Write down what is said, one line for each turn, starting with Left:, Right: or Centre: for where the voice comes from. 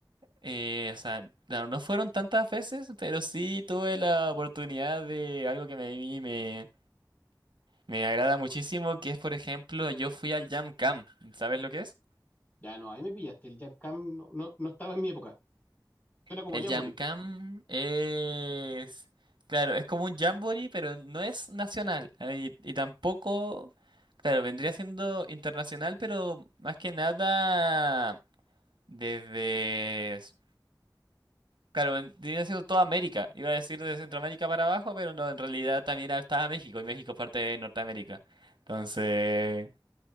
Right: Eh, o sea, no, no fueron tantas veces, pero sí tuve la oportunidad de algo que me, me, me agrada muchísimo, que es, por ejemplo, yo fui al Jam Cam. ¿Sabes lo que es?
Left: Ya no, ahí me pillaste, el Jam Camp no, no, no estaba en mi época. Suena como
Right: El
Left: Jamboree.
Right: Jam Cam es... Claro, es como un jamboree, pero no es nacional. eh, Y, y tampoco... Claro, vendría siendo internacional, pero más que nada desde... s- Claro, vendría siendo toda América. Iba a decir de Centroamérica para abajo, pero no, en realidad también estaba México, y México es parte de Norteamérica. Entonces...